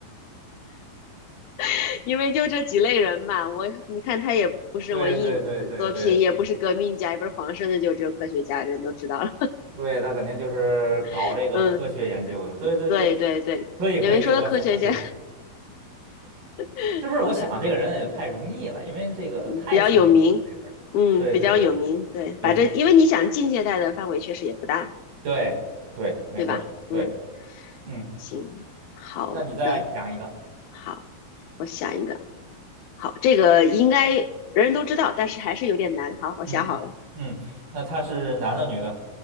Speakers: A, on the left; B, on the right.
A: <laughs> 因为就这几类人嘛，我你看他也不是文艺作品，
B: 对对对对对
A: 也不是革命家，也不是皇上的，就只有科学家，人都知道了。
B: 对，他肯定就是搞这个科学研究的。
A: <laughs> 嗯，
B: 对对对，
A: 对对对，
B: 可以可以，
A: 因为说到科学家，
B: 哇塞，很厉害，
A: <laughs>
B: 是不是？
A: 好的，
B: 我想这个人也太容易了，因为这个太出名了这事儿。
A: 嗯，比较有名，嗯，
B: 对对对，
A: 比较有名，对，
B: 行，
A: 把这，因为你想近现代的范围确实也不大，
B: 对对，没错儿对，
A: 对吧？嗯，
B: 嗯，
A: 行，好的，
B: 那你再想一个，
A: 好，我想一个，好，这个应该人人都知道，但是还是有点难。好，我想好了，
B: 嗯。嗯，那他是男的女的？